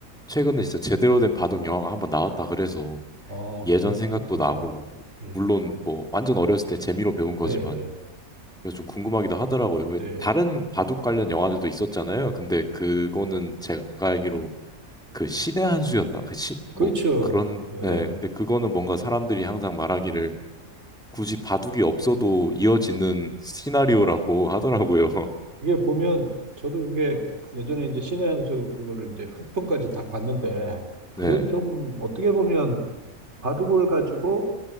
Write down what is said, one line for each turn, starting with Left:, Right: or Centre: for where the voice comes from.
Centre: 최근에 진짜 제대로 된 바둑 영화가 한번 나왔다 그래서
Right: 어
Centre: 예전
Right: 그건
Centre: 생각도
Right: 꼭 보세요.
Centre: 나고
Right: 예,
Centre: 물론 뭐 완전 어렸을 때 재미로 배운 거지만
Right: 네, 네,
Centre: 그래서 좀 궁금하기도 하더라고요. 왜
Right: 네.
Centre: 다른 바둑 관련 영화들도 있었잖아요. 근데 그거는 제가 알기로 그 신의 한 수였나? 그 시,
Right: 그렇죠.
Centre: 뭐 그런
Right: 그,
Centre: 예.
Right: 예.
Centre: 근데 그거는 뭔가 사람들이 항상 말하기를 굳이 바둑이 없어도 이어지는 시나리오라고 하더라고요. <laughs>
Right: 그게 보면 저도 그게 예전에 이제 신의 한 수 그거를 이제 후편까지 다 봤는데 그건
Centre: 네,
Right: 좀 어떻게 보면 바둑을 가지고